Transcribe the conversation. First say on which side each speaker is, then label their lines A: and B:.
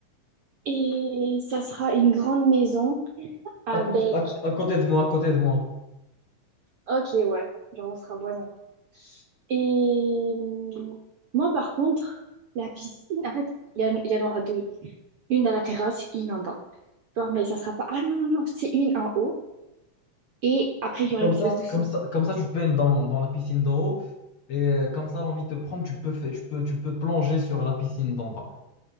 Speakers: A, on the right (about 60°); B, on the left (about 50°).
A: Et ça sera une grande maison avec...
B: à côté, à, à côté de moi, à côté de moi.
A: Ok, ouais, genre on sera voisins. Et hum, moi, par contre, la piscine, en fait, il y, en il y en aura deux. Une à la terrasse, une en bas. Bon, mais ça sera pas... Ah non, non, non, c'est une en haut. Et après, il y aura
B: Comme
A: une
B: ça,
A: espèce de sauna.
B: comme ça, comme ça, tu te baignes dans, dans la piscine d'en haut et euh, comme ça, l'envie te prend, tu peux faire, tu peux, tu peux plonger sur la piscine d'en bas.